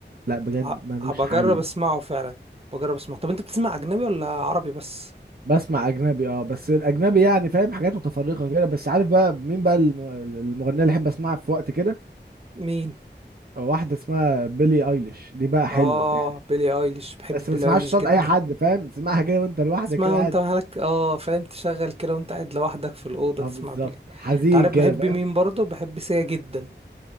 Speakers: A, on the right (about 55°); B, on the right (about 35°).
A: لا بجد
B: ه-
A: ملوش
B: هبقى
A: حل
B: اجرب اسمعه فعلا بجرب اسمعه طب انت بتسمع اجنبي ولا عربي بس
A: بسمع اجنبي اه بس الاجنبي يعني فاهم حاجات متفرقه كده بس عارف بقى مين بقى الم- المغنيه اللي احب اسمعها في وقت كده
B: مين
A: واحده اسمها بيلي ايليش دي بقى حلوه
B: اه
A: يعني
B: بيلي ايليش بحب
A: بس
B: بيلي
A: ما تسمعهاش
B: ايليش
A: صوت
B: جدا
A: اي حد فاهم تسمعها كده وانت لوحدك
B: تسمعها
A: كده قاعد
B: وانت مالك اه فاهم تشغل كده وانت قاعد لوحدك في الاوضه
A: اه
B: تسمع
A: بالظبط
B: بيلي
A: حزين
B: انت عارف
A: كده
B: بحب
A: فاهم
B: مين برضه بحب سيا جدا